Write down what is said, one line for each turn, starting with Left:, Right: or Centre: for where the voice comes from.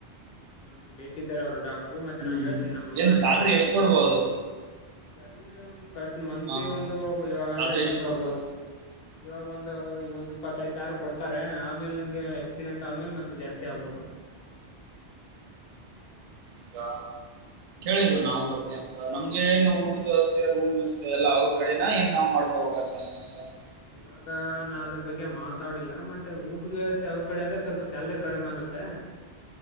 Left: ನಮ್ಗ್ ಬೇಕಿದ್ದಾರೆ ಅವ್ರು ಡಾಕ್ಟ್ರು ಮತ್ತೆ
Right: ಹ್ಮ್
Left: ನಾನ್
Right: ಹ್ಮ್
Left: ಹೇಳ್ತೀನಿ ನಮ್ ಹುಡ್ಗಾನೆ
Right: ಏನ್ ಸ್ಯಾಲ್ರಿ
Left: ಅಂತ್ ಹೇಳ್ತೇನಿ
Right: ಎಷ್ಟ್ ಕೊಡ್ಬಹುದು
Left: ಸ್ಯಾಲ್ರಿ ಒಂದು ಪಸ್ಟ್ ಮಂತ್ಲಿ
Right: ಹಾ
Left: ಒಂದು ಇವಾಗ
Right: ಸ್ಯಾಲ್ರಿ
Left: ಅಂದ್ರೆ ನಿಮ್ದು
Right: ಎಷ್ಟ್ ಕೊಡ್ಬಹುದು
Left: ಅಲ್ವಾ ಇವಾಗ ಒಂದೂ ಒಂದ್ ಇಪ್ಪತ್ತೈದು ಸಾವ್ರ ಕೊಡ್ತಾರೆ ಆಮೇಲೆ ನಿನ್ಗೆ ಎಕ್ಸ್ಪೀರಿಯನ್ಸ್ ಆದ್ಮೇಲ್ ಮತ್ ಜಾಸ್ತಿ ಆಗ್ಬೋದು
Right: ಹಂಗ
Left: ಹ್ಮ್
Right: ಕೇಳಿರು ನಾವು ಬರ್ತಿ ಅಂತ, ನಮ್ಗೆ ಏನು ಊಟದ್ ವ್ಯವಸ್ಥೆ ರೂಮ್ ವ್ಯವಸ್ಥೆ ಎಲ್ಲ ಅವ್ರ್ ಕಡೆ ಏನ್ ನಾವ್ ಮಾಡ್ಕೋಬೇಕಾ ಅಲ್ ಬಂದ್
Left: ಇವಾಗ್ ಈಗ ನಾ ಅದ್ರ್ ಬಗ್ಗೆ ಮಾತಾಡಿಲ್ಲ ಮತ್ತೆ ಊಟದ್ ವ್ಯವಸ್ಥೆ ಅವ್ರ್ ಕಡೆ ಅಂದ್ರೆ ಸ್ವಲ್ಪ ಸ್ಯಾಲ್ರಿ ಕಡಿಮೆ ಆಗತ್ತೆ.